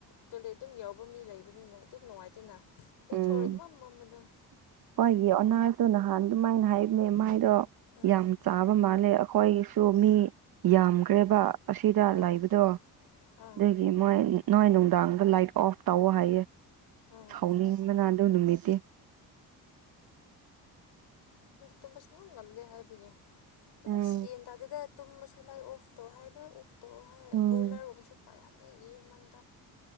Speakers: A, on the left; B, on the right.
A: ꯇꯣꯏꯂꯦꯠ ꯑꯗꯨꯝ ꯌꯥꯎꯕ ꯃꯤ ꯂꯩꯕꯅꯤꯅ ꯑꯗꯨꯝ ꯅꯨꯡꯉꯥꯏꯇꯦꯅ ꯍꯦꯛ
B: ꯎꯝ
A: ꯊꯣꯔꯛꯏ ꯃꯝ ꯃꯝꯕꯗꯣ
B: ꯍꯣꯏꯒꯤ ꯑꯅꯥꯇꯣ ꯅꯍꯥꯟ ꯑꯗꯨꯃꯥꯏꯅ ꯍꯥꯏ ꯅꯦ ꯃꯥꯏꯗꯣ
A: ꯎꯝ
B: ꯌꯥꯝ ꯆꯥꯕ ꯃꯥꯜꯂꯦ ꯑꯩꯈꯣꯏꯒꯤꯁꯨ ꯃꯤ ꯌꯥꯝꯈ꯭ꯔꯦꯕ ꯑꯁꯤꯗ
A: ꯑꯥ
B: ꯂꯩꯕꯗꯣ
A: ꯑꯥ
B: ꯑꯗꯒꯤ ꯃꯣꯏ ꯅꯣꯏ ꯅꯨꯡꯗꯥꯡꯒ ꯂꯥꯏꯠ ꯑꯣꯐ ꯇꯧꯋ ꯍꯥꯏꯌꯦꯦ
A: ꯑꯥ
B: ꯍꯧꯥꯎꯅꯤꯡ ꯃꯅꯥꯗꯣ ꯅꯨꯃꯤꯠꯇꯤ
A: ꯇꯨꯝꯕꯁꯨꯨꯡ ꯉꯝ ꯉꯝꯗꯦ ꯍꯥꯏꯕꯌꯦ ꯑꯗ
B: ꯎꯝ
A: ꯑꯁ ꯌꯦꯟ ꯇꯥꯗꯦꯗ ꯇꯨꯝꯃꯁꯨ ꯂꯥꯏ ꯑꯣꯐ ꯇꯧ ꯍꯥꯏ ꯂꯣꯏ
B: ꯎꯝ
A: ꯕꯣꯏꯂꯔꯒꯨꯝꯁꯨ ꯄꯍ ꯌꯦꯃꯟꯦ